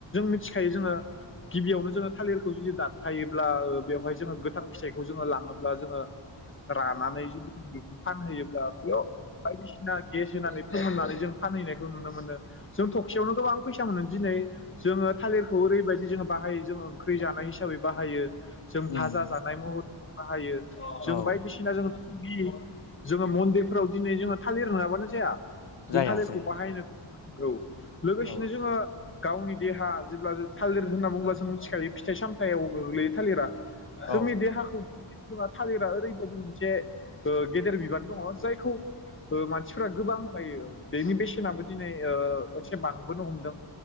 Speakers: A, on the left; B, on the left.
A: मिथिखायो जोङो गिबियावनो जोङो थालिरखौ जुदि दानफायोब्ला बेवहाय जोङो गोथां फिथाइखौ जोङो लाङोब्ला जोङो रानानै जुदि बेखौ फानहैयोब्ला बेयाव बायदिसिना गेस होनानै फोमहोननानै जों फानहैनायखौ नुनो मोनो जों थखसेयावनो गोबां फैसा मोनो दिनै जोङो थालिरखौ ओरैबायदि जोङो बाहायो जों ओंख्रि जानाय हिसाबै बाहायो जों भाजा
B: उम
A: जानाय महरै बाहायो अ जों
B: औ
A: बायदिसिना जोङो बि जोङो मन्दिरफोराव दिनै जोङो थालिर नंङाबानो जाया जों
B: जाया
A: थालिरखौ
B: जाया
A: बाहायनो औ लोगोसेनो
B: औ
A: जोङो गावनि देहा जेब्ला थालिर होनना बुङोब्ला जों मिथिखायो फिथाइ सामथायाइाव गोग्लैयो थालिरा जोंनि
B: औ
A: देहाखौ <unintelligible> थालिरा ओरैबायाददि मोनसे ओ गेदेर बिबान दङ जायखौ ओ मानसिफ्रा गोबां बायो बेनि बेसेनाबो ओ दिनै एसे बांबोनो हमदों